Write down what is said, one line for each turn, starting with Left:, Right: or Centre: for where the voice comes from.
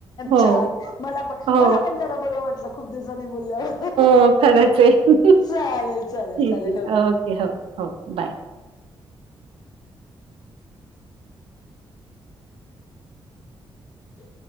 Right: हो,
Left: छान मला पण
Right: हो.
Left: मला पण त्यारा बरं वाटलं खूप दिवसांनी बोलल्यावर
Right: हो खरच आहे
Left: चालेल चालेल
Right: ठीक
Left: चालेल
Right: आहे ओके हो हो बाय.
Left: ह.